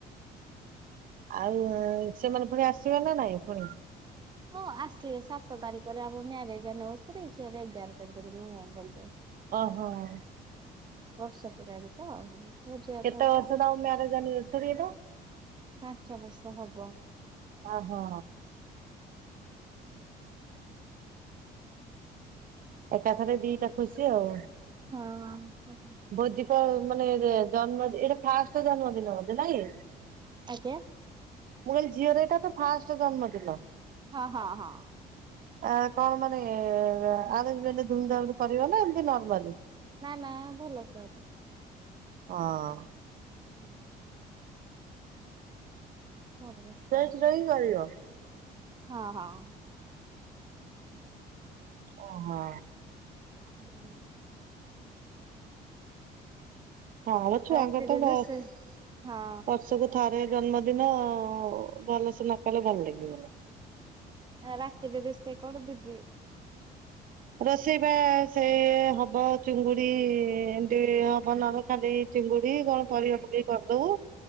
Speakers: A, on the right (about 55°); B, on the right (about 25°).
A: ଆଉ
B: ହୁଁ।
A: ସେମାନେ ପୁଣି ଆସିବେ ନା ନାଇଁ ପୁଣି?
B: ମୁଁ ଆସିବେ ସାତ ତାରିଖରେ ଆମ ମ୍ୟାରେଜେ ଆନିଭସରି ସେ ଏଗାର ତାରିଖ ଦିନ ମୁଁ ବୋଧେ।
A: ଓହୋ ହଁ।
B: ବର୍ଷ ପୁରାରେ ତ ପୂଜା
A: କେତେ
B: ତ
A: ବର୍ଷ
B: ହବ।
A: ତମ ମ୍ୟାରେଜ ଆନିଭର୍ସରୀ ଏଟା?
B: ପାଞ୍ଚ ବର୍ଷ ହବ।
A: ଓହୋ ଏକାଥରେ ଦିଟା ଖୁସି ଆଉ।
B: ହଁ।
A: ଭୋଜିିକ ମାନେ ଜନ୍ମ ଏଇଟା ଫାଷ୍ଟ ଜନ୍ମଦିନ ବୋଧେ ନାଇଁ?
B: ଆଜ୍ଞା।
A: ମୁ କହିଲି ଝିଅ ର ଏଟା ତ ଫାଷ୍ଟ ଜନ୍ମ ଦିନ?
B: ହଁ, ହଁ, ହଁ।
A: ଆ କଣ ମାନେ ଆରେଂଞ୍ଜମେଣ୍ଟ ଧୁମଧାମରେ କରିବ ନା ଏମିତି ନର୍ମାଲ।
B: ନା ନା ଭଲ ସବୁ।
A: ହଁ।
B: ହୁଁ <unintelligible> ଭଲସେ
A: ସେଇଠ
B: ହବ
A: ରହିଗ ଆ <unintelligible>
B: ହଁ ହଁ।
A: ଓହୋ।
B: ହୁଁ <unintelligible>
A: ହଁ ବଛୁଆଙ୍କର
B: ରାତିରେ
A: ତ ବହୁ-
B: ରୋଷେଇ ହଁ
A: ସବୁ ଥରେ ଜନ୍ମଦିନ ଭଲସେ ନ କଲେ ଭଲ ଲାଗିବନି।
B: ରାତିରେ ରୋଷେଇ କର ଦିଦି?
A: ରୋଷେଇ ବା ସେଇ ହବ ଚୁଙ୍ଗୁଡି ଏମତି ହବ ନହଲେ ଖାଲି - ଚିଙ୍ଗୁଡି କଣ ପରିବା ପକେଇ କରିଦବୁ।